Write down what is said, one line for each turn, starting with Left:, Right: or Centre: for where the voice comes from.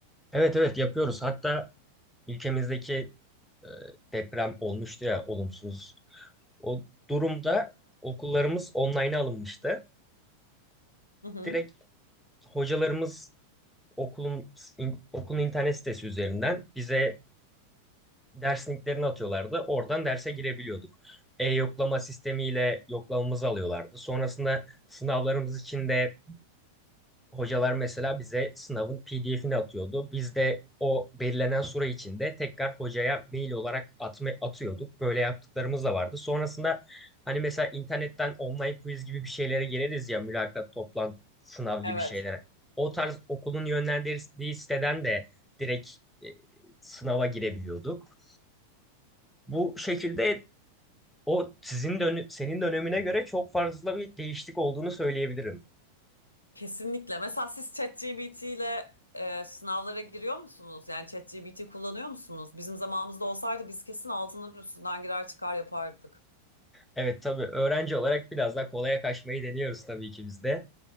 Centre: Evet evet yapıyoruz. Hatta ülkemizdeki e, deprem olmuştu ya olumsuz. O durumda okullarımız online'a alınmıştı.
Left: Hı hı.
Centre: Direkt hocalarımız okulun in- okulun internet sitesi üzerinden bize ders linklerini atıyorlardı. Oradan derse girebiliyorduk. E-yoklama sistemiyle yoklamamızı alıyorlardı. Sonrasında sınavlarımız için de hocalar mesela bize sınavın PDF'ini atıyordu. Biz de o belirlenen süre içinde tekrar hocaya mail olarak atma, atıyorduk. Böyle yaptıklarımız da vardı. Sonrasında hani mesela internetten online quiz gibi bir şeylere geliriz ya mülakat, toplantı, sınav gibi
Left: Evet.
Centre: şeylere. O tarz okulun yönlendirdiği siteden de direkt e, sınava girebiliyorduk. Bu şekilde o sizin dönü- senin dönemine göre çok fazla bir değişiklik olduğunu söyleyebilirim.
Left: Kesinlikle. Mesela siz ChatGPT ile e, sınavlara giriyor musunuz? Yani ChatGPT kullanıyor musunuz? Bizim zamanımızda olsaydı biz kesin altından üstünden girer çıkar yapardık.
Centre: Evet tabii öğrenci olarak biraz daha kolaya kaçmayı deniyoruz tabii ki biz de.